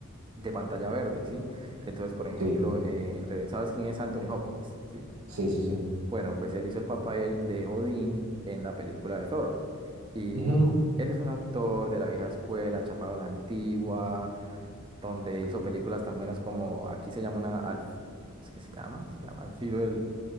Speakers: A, on the right (about 25°); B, on the right (about 80°).
A: de pantalla verde, ¿sí? Entonces, por ejemplo,
B: Sí,
A: eh, re- ¿sabes quién es Anthony Hawkins? ¿Sí?
B: sí, sí, sí.
A: Bueno, pues él hizo el papel de Odín en la película de Thor. Y
B: Ujú.
A: él es un actor de la vieja escuela, chapado a la antigua, donde hizo películas tan buenas como, aquí se llama una, al, ¿cómo es que se llama? Se llama Al filo del,